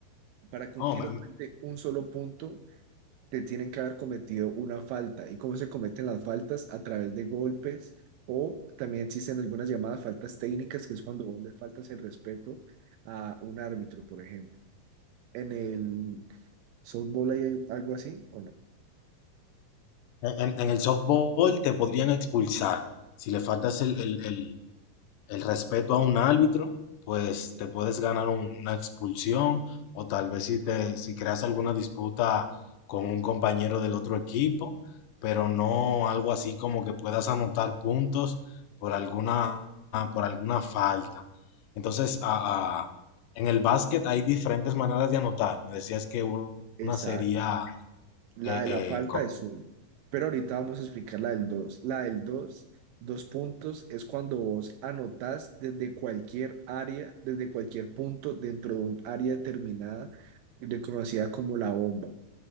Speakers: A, on the right; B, on the left.
A: Para que un
B: Oh,
A: tiro cuente un solo punto, te tienen que haber cometido una falta. ¿Y cómo se cometen las faltas? A través de golpes o también existen algunas llamadas faltas técnicas, que es cuando vos le faltas el respeto a un árbitro, por ejemplo. En el softball hay algo así, ¿o no?
B: en, en- en el softball te podrían expulsar si le faltas el, el- el- el respeto a un árbitro, pues te puedes ganar un- una expulsión o tal vez si te, si creas alguna disputa con un compañero del otro equipo, pero no algo así como que puedas anotar puntos por alguna, por alguna falta. Entonces, a- a- en el básquet hay diferentes maneras de anotar. Me decías que una
A: Exacto.
B: sería
A: La
B: eh,
A: de
B: eh,
A: la falta es uno, pero ahorita vamos a explicar la del dos. La del dos, dos puntos, es cuando vos anotás desde cualquier área, desde cualquier punto dentro de un área determinada, reconocida como la bomba.